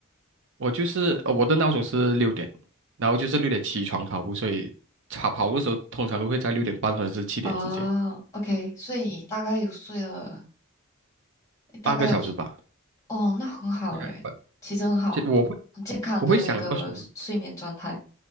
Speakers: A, on the right; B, on the left.
A: 我就是呃我的闹钟是六点，然后就是六点起床跑步，所以跑跑步的时候通常都会在六点半或者是七点之间，
B: 哦，OK，所以你大概有睡了，你大概有，
A: 八个小时吧。
B: 哦，那很好诶，
A: 大概吧
B: 其实很好啊，
A: 其实我会
B: 很健康的那个睡眠状态。
A: 我会想要说，